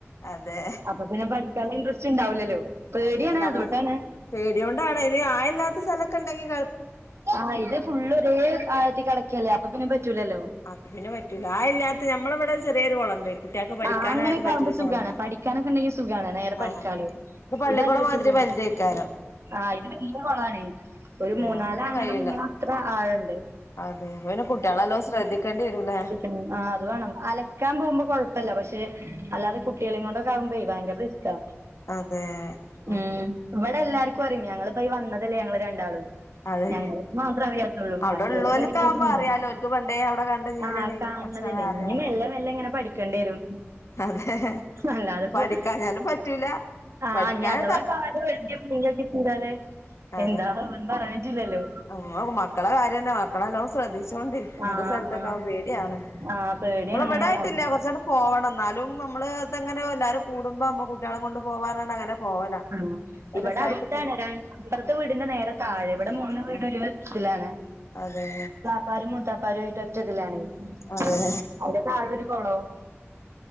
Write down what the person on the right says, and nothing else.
അപ്പംപിന്നെ പഠിക്കാൻള്ളെ ഇൻട്രസ്റ്റ് ഇണ്ടാവൂല്ലല്ലോ പേടിയാണ്
അതോണ്ടാണ്
ആഹ് ഇത് ഫുള്ള് ഒരേ ആഴത്തിൽ കെടക്കല്ലേ അപ്പൊ പിന്നെ പറ്റൂലല്ലോ
ആഹ് അങ്ങനെയൊക്കെ
ആകുമ്പോ സുഖാണ്
പഠിക്കാനൊക്കെ ഉണ്ടെങ്കി സുഖാണ് നേരെ പഠിക്കാലോ
ഇതാത് വെച്ചുള്ളത്
ആഹ് ഇത് വല്ല്യ കൊളാണെ ഒരു മൂന്നാല്
ആനാള്
മുങ്ങ്ണത്ര ആയംണ്ട്
മ് ആ അത് വേണം അലക്കാൻ പോകുമ്പോ കൊഴ പ്പല്ല പക്ഷെ അല്ലാതെ കുട്ടികളി കൊണ്ടൊക്കെ ആവുമ്പെ ഭയങ്കര റിസ്ക്കാ
ഉം
ഇവിടെ എല്ലാർക്കും അറിം ഞങ്ങളിപ്പം ഈ വന്നതല്ലേ ഞങ്ങൾ രണ്ടാളും
ഞങ്ങൾക്ക് മാത്രം അറിയാത്തൊള്ളൂ
ബാക്കിള്ളോലൊക്കെ
പിന്നെ
<unintelligible> ആ
കാണ്ന്നതല്ലേ
ഇഞ്ഞ് മെല്ലെ മെല്ലെങ്ങനെ പഠിക്കണ്ടി വരും
അല്ലാതപ്പം
ആഹ്
ഞ്ഞ് അഥവാ കാല് വഴിക്കി വീയൊക്കെ ചെയ്താല്
എന്താവാന്ന് പറയാൻ പറ്റൂലല്ലോ
ആഹ്
ആഹ്
ആഹ് പേടിയാണ്
അങ്ങനെയൊക്കെ ആവുമ്പോ
ആ ഇവിടെ
അട്ത്താണ്
ര ഇപ്പറത്തെ വീടിന്റെ നേരെ താഴെ ഇവിടെ മൂന്ന് വീട്
ഒരിടത്തിലാണ്
പ്പാരുംമൂത്താപ്പാരും ആയിട്ട് ഒറ്റതിലാണേ
<unintelligible> താഴെ ഒരു കോള്ളവും